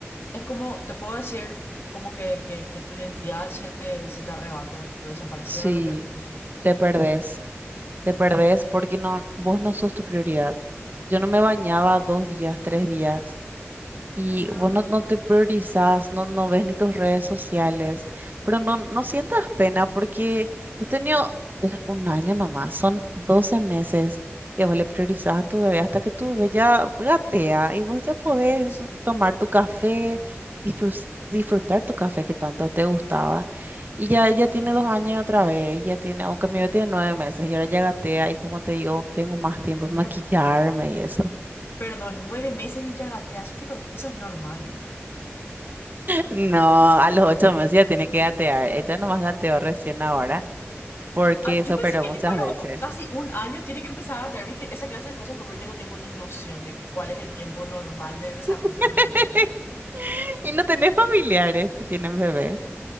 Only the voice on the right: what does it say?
Sí,
te Uf, perdés. te perdés porque no, vos no sos tu prioridad. Yo no me bañaba dos días, tres días y
vos no, no te priorizás, no, no ves ni tus redes sociales, pero no, no sientas pena porque este niño es un año nomás, son 12 meses que vos le priorizás a tu bebé hasta que tu bebé ya gatea y vos ya podés
tomar tu café, disfrus- disfrutar tu café que tanto te gustaba. Y ya, ya tiene
dos años otra vez, ya tiene, aunque mi bebé tiene nueve meses y ahora ya gatea y como te digo, tengo más tiempo
de maquillarme y eso.
No, a los ocho meses ya tiene que gatear. Ella nomás gateó recién ahora porque
se
operó
muchas
veces.
<laughs>
Y no tenés familiares que tienen bebés.